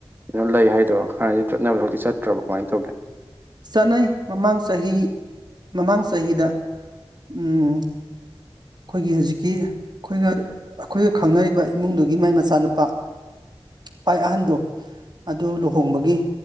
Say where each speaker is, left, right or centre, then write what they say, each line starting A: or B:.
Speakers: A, on the right; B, on the right.
A: ꯀꯩꯅꯣ ꯂꯩ ꯍꯥꯏꯗꯣ ꯍꯥꯟꯗꯤ ꯆꯠꯅꯕꯗꯣ ꯍꯧꯖꯤꯛ ꯆꯠꯇ꯭ꯔꯕꯣ ꯀꯃꯥꯏꯅ ꯇꯧꯒꯦ
B: ꯆꯠꯅꯩ ꯃꯃꯥꯡ ꯆꯍꯤ ꯃꯃꯥꯡ ꯆꯍꯤꯗ ꯎꯝ ꯈꯣꯏꯒꯤ ꯍꯨꯖꯤꯛꯀꯤ ꯑꯩꯈꯣꯏꯒ ꯑꯩꯈꯣꯏꯒ ꯈꯪꯅꯔꯤꯕ ꯏꯃꯨꯡꯗꯨꯒꯤ ꯃꯥꯏ ꯃꯆꯥꯅꯨꯄꯥ ꯈ꯭ꯋꯥꯏ ꯑꯍꯟꯗꯣ ꯑꯗꯨ ꯂꯨꯍꯣꯡꯕꯒꯤ